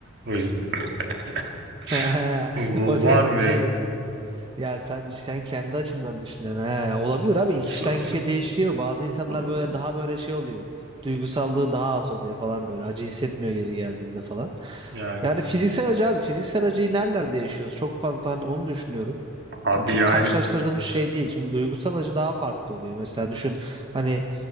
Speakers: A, on the right (about 60°); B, on the right (about 25°).
A: O yüzden <laughs>
B: <laughs>
A: V-
B: O senin
A: var mı
B: şey
A: ya?
B: ya sen sen kendi açından düşünüyorsun. He, olabilir abi
A: So-
B: kişiden
A: so-
B: kişiye değişiyor. Bazı insanlar
A: so-
B: böyle daha böyle şey oluyor. Duygusallığı daha az oluyor falan böyle. Acı hissetmiyor yeri geldiğinde falan.
A: Yani
B: Yani fiziksel acı abi fiziksel acıyı nerelerde yaşıyoruz? Çok fazla hani onu düşünüyorum.
A: abi
B: Yani çok
A: yani
B: karşılaştırdığımız şey değil. Şimdi duygusal acı daha farklı oluyor. Mesela düşün hani